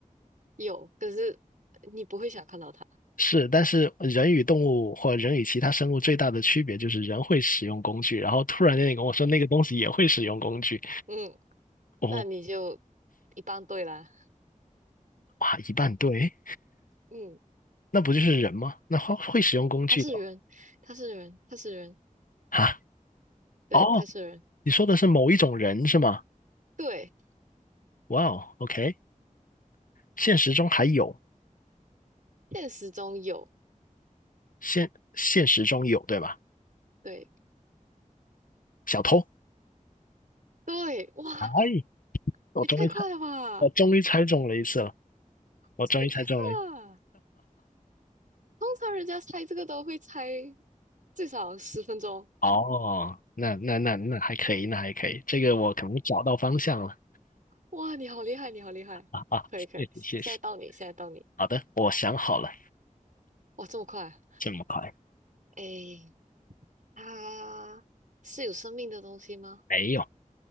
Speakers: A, on the right; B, on the left.
A: 有，可是你不会想看到他。
B: 是，但是人与动物或人与其他生物最大的区别就是人会使用工具，然后突然间你跟我说那个东西也会使用工具，
A: 嗯，
B: 哦，
A: 那你就一般对啦。
B: 哇，一半对，
A: 嗯，
B: 那不就是人吗？那会会使用工具的
A: 他是人，他是人，他是人，
B: 哈？
A: 对，
B: 哦，
A: 他是人，
B: 你说的是某一种人是吗？
A: 对，
B: 哇哦，OK，现实中还有，
A: 现实中有。
B: 现现实中有对吧？
A: 对
B: 小偷，
A: 对，哇，
B: 哎，我终于猜，
A: 也太快了吧！
B: 我终于猜中了一次了，我终于猜中了。
A: 这也太快了。通常人家猜这个都会猜最少十分钟。
B: 哦，那那那那还可以，那还可以，这个我可能找到方向了
A: 哇，你好厉害，你好厉害！
B: 啊！
A: 可以可以，
B: 谢谢谢谢，
A: 现在到你，现在到你。
B: 好的，我想好了，
A: 哇，这么快啊！
B: 这么快？
A: 诶，它是有生命的东西吗？
B: 没有，